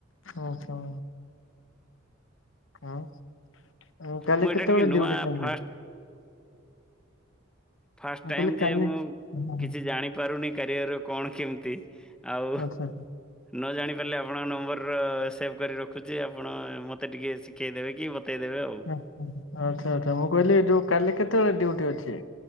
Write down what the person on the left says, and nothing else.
ଓହୋ। ଆଉ କାଲି
କେତେବେଳେ
ଡ୍ୟୁଟି ସାଙ୍ଗ?
ମୁଁ
କହିଲି କାଲି
ଓହୋ
ଆଚ୍ଛା
ଆଚ୍ଛା ଆଚ୍ଛା ମୁଁ କହିଲି ଯୋଉ କାଲି କେତେବେଳେ ଡୁ୳ଟି ଅଛି?